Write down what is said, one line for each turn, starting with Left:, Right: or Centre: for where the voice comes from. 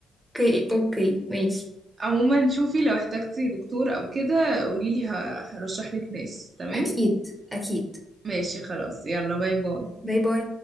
Centre: اوكي اوكي ماشي
Right: عموما شوفي لو احتجتي دكتور او كده قوليلي ه- هرشحلك ناس تمام
Centre: اكيد اكيد
Right: ماشي خلاص يلا باي باي
Centre: باي باي